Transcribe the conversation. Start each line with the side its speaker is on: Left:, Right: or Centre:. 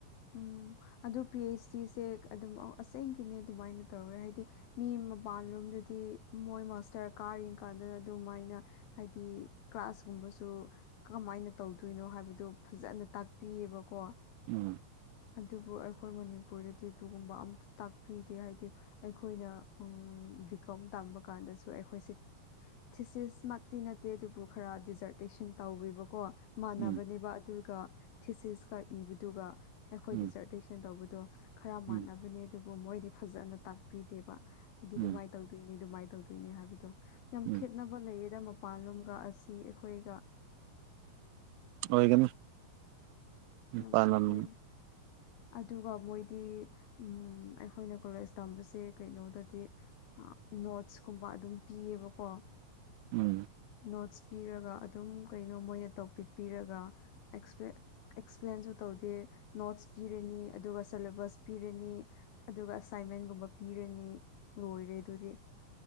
Left: ꯎꯝ ꯑꯗꯨ ꯄꯤ ꯑꯩꯆ ꯗꯤꯁꯦ ꯑꯗꯨꯝ ꯑꯁꯦꯡꯀꯤꯅꯦ ꯑꯗꯨꯃꯥꯏꯅ ꯇꯧꯋꯦ ꯍꯥꯏꯗꯤ ꯃꯤ ꯃꯄꯥꯟꯂꯣꯝꯗꯗꯤ ꯃꯣꯏ ꯃꯥꯁꯇꯔ ꯀꯥꯔꯤ ꯀꯥꯟꯗꯗ ꯑꯗꯨꯃꯥꯏꯅ ꯍꯥꯏꯗꯤ ꯀ꯭ꯂꯥꯁꯀꯨꯝꯕꯁꯨ ꯀ꯭ꯔꯝꯃꯥꯏꯅ ꯇꯧꯗꯣꯏꯅꯣ ꯍꯥꯏꯕꯗꯨ ꯐꯖꯅ ꯇꯥꯛꯄꯤꯌꯦꯕꯀꯣ
Right: ꯎꯝ
Left: ꯑꯗꯨꯕꯨ ꯑꯩꯈꯣꯏ ꯃꯅꯤꯄꯨꯔꯗꯗꯤ ꯑꯗꯨꯒꯨꯝꯕ ꯑꯝ ꯇꯥꯛꯄꯤꯗꯦ ꯍꯥꯏꯗꯤ ꯑꯩꯈꯣꯏꯅ ꯎꯝ ꯕꯤꯀꯣꯝ ꯇꯝꯕ ꯀꯥꯟꯗꯁꯨ ꯑꯩꯈꯣꯏꯁꯦ ꯊꯤꯁꯤꯁꯃꯛꯇꯤ ꯅꯠꯇꯦ ꯑꯗꯨꯕꯨ ꯈꯔ ꯗꯤꯖꯔꯇꯦꯁꯟ ꯇꯧꯋꯦꯕꯀꯣ ꯃꯥꯟꯅꯕꯅꯦꯕ
Right: ꯎꯝ
Left: ꯑꯗꯨꯒ ꯊꯤꯁꯤꯁꯀ ꯏꯕꯗꯨꯒ ꯑꯩꯈꯣꯏ
Right: ꯎꯝ
Left: ꯗꯤꯖꯔꯇꯦꯁꯟ ꯇꯧꯕꯗꯣ ꯈꯔ ꯃꯥꯟꯅꯕꯅꯦ
Right: ꯎꯝ
Left: ꯑꯗꯨꯕꯨ ꯃꯣꯏꯗꯤ ꯐꯖꯅ ꯇꯥꯛꯄꯤꯗꯦꯕ ꯑꯩꯗꯤ
Right: ꯎꯝ
Left: ꯑꯗꯨꯃꯥꯏ ꯇꯧꯗꯣꯏꯅꯦ ꯑꯗꯨꯃꯥꯏ ꯇꯧꯗꯣꯏꯅꯦ ꯍꯥꯏꯕꯗꯣ ꯌꯥꯝ
Right: ꯎꯝ
Left: ꯈꯦꯠꯅ ꯕ ꯂꯩꯌꯦꯗ ꯃꯄꯥꯟꯂꯣꯝꯒ ꯑꯁꯤ ꯑꯩꯈꯣꯏꯒ
Right: ꯑꯣꯏꯒꯅꯤ
Left: ꯌꯥꯝ
Right: ꯄꯥꯟꯂꯝ
Left: ꯈꯦꯠꯅꯩ ꯑꯗꯨꯒ ꯃꯣꯏꯗꯤ ꯎꯝ ꯑꯩꯈꯣꯏꯅ ꯀꯣꯂꯦꯖ ꯇꯝꯕꯁꯦ ꯀꯩꯅꯣꯗꯗꯤ ꯅꯣꯠꯁ ꯀꯨꯝꯕ ꯑꯗꯨꯝ ꯄꯤꯌꯦꯕꯀꯣ
Right: ꯎꯝ
Left: ꯅꯣꯠꯁ ꯄꯤꯔꯒ ꯑꯗꯨꯝ ꯀꯩꯅꯣ ꯃꯣꯏꯅ ꯇꯣꯄꯤꯛ ꯄꯤꯔꯒ ꯑꯦꯛꯁꯄ꯭ꯂꯦꯟ ꯑꯦꯛꯁꯄ꯭ꯂꯦꯟꯁꯨ ꯇꯧꯗꯦ ꯅꯣꯠꯁ ꯄꯤꯔꯅꯤ ꯑꯗꯨꯒ ꯁꯦꯂꯦꯕꯁ ꯄꯤꯔꯅꯤ ꯑꯗꯨꯒ ꯑꯁꯥꯏꯟꯃꯦꯟꯒꯨꯝꯕ ꯄꯤꯔꯅꯤ ꯂꯣꯏꯔꯦ ꯑꯗꯨꯗꯤ